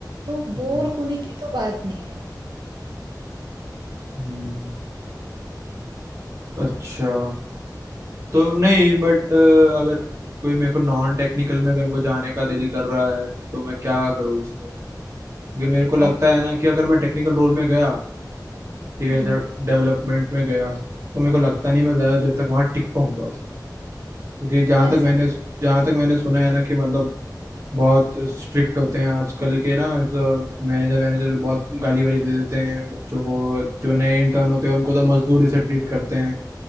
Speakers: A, on the right; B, on the right.
A: तो
B: हम्म,
A: बोर होने की तो बात नहीं है
B: हम्म। अच्छा तो नहीं बट अगर कोई मेरे को नॉन टेक्निकल में अगर मेरे को जाने का दिल कर रहा है तो मैं क्या करूँ उसमें क्योंकि मेरे को लगता
A: आपको
B: है ना कि अगर मैं टेक्निकल रोल में गया ठीक है
A: हम्म
B: सर डेवलपमेंट में गया तो मेरे को लगता नहीं मैं ज़्यादा देर तक वहाँ टिक पाऊंगा क्योंकि
A: क्यों
B: जहाँ
A: ऐसा
B: तक मैंने जहाँ तक मैंने सुना है ना कि मतलब बहुत स्ट्रिक्ट होते हैं आजकल के ना मैनेजर मैनेजर बहुत गाली वाली दे देते हैं बच्चों को जो नए इंटर्न होते हैं उनको तो मजदूर से ट्रीट करते हैं